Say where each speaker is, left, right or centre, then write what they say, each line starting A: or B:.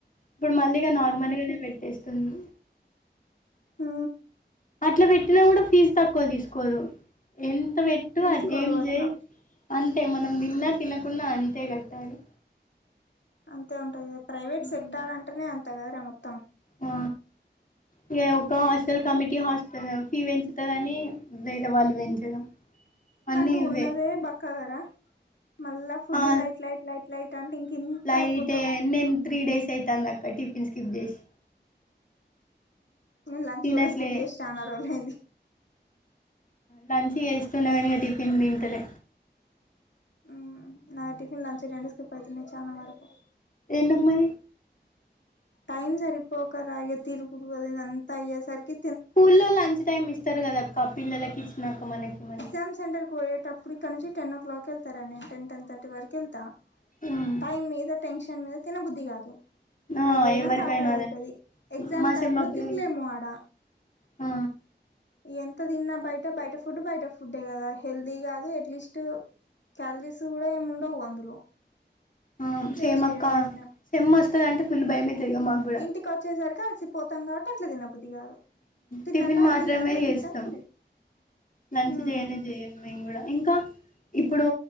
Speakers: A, on the left (about 45°); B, on the left (about 85°).
A: ఇప్పుడు మళ్ళీగా నార్మల్ గానే పెట్టేస్తున్రు
B: ఆ
A: అట్లా పెట్టినా కూడా ఫీజు తక్కువ తీసుకోదు ఎంత వేట్ ట్టు
B: తీసుకోరు
A: అ ఏం
B: అట్లా
A: చే అంతే మనం తిన్నా తినకుండా అంతే కట్టాలే
B: అంతే ఉంటుంది కదా ప్రైవేట్
A: ఉమ్.
B: సెక్టార్ అంటేనే అంతే కదరా మొత్తం
A: ఆ ఇగ ఒక హాస్టల్ కమిటీ హాస్టల్ ఫీ పెంచుతాదాని వేరే వాళ్ళు పెంచడం అన్నీ
B: కానీ నువ్వు
A: ఇవ్వే
B: ఉన్నదే బక్కాగార మళ్ళా food
A: ఆ
B: light light light light అంటే ఇంక ఇంత
A: లైట్
B: అయిపోతావ్
A: నేను త్రీ డేస్ అయితంది అక్క టిఫిన్ స్కిప్ చేసి
B: ఉ లంచ్
A: తినట్లే
B: కూడా స్కిప్ చేసి చానా రోలైంది
A: లంచ్ చేస్తున్నాగానిక టిఫిన్ తింటలే
B: ఉమ్ నాది టిఫన్ లంచ రెండు స్కిప్ అయితునై చానా వరకు
A: ఎందుకు మరి
B: టైమ్ సరిపోకరా ఇగ తిరుగుడు అది ఇది అంత అయ్యే సరికి
A: స్కూల్లో లంచ్ టైమ్ ఇస్తారు కదా అక్క పిల్లలకి ఇచ్చినాక మనకి మరి
B: గ్జామ్ సెంటర్ వోయేటప్పుడుక్కడి నుంచి టెన్ ఓ్లాక్ వెళ్తారా నే టెన్ టెన్ థటీ వరకు వెళ్తా
A: ఉమ్.
B: టైమ్ మీద టెన్షన్ మీద తినబుద్ధి కాదు
A: ఆ
B: అడిగిపోయినంక
A: ఎవరికైనా
B: ఆకలి అయితది
A: అదే
B: ఎగ్జామ్
A: మా
B: టైమ్
A: సెమ్
B: లో
A: అప్పుడు
B: తినలేము ఆడ
A: ఆ
B: ఇగ ఎంత తిన్నా బయట బయట ఫుడ్ బయట ఫుడ్డే కదా హెల్దీ కాదు ఎట్లీస్ట్ క్యాలరీస్ కూడా ఎమ్ ఉండవు అందులో
A: ఆ సేమక్క
B: వేస్ట్ అవి తిన్నా
A: సేమ్ వస్తది అంటే ఫుల్ భయమేతది ఇగ మాక్
B: ఇంటికి వచ్చేసరికి అలసిపోతాం కాబట్టి అట్ల తినబుద్ది కాదు తిన్నాక
A: టిఫిన్ మాత్రమే
B: గింత అంత తింటాం
A: చేస్తాం
B: ఫుల్
A: లంచ్
B: ఉమ్
A: చేయనే చేయము మేము కూడా ఇంకా ఇప్పుడు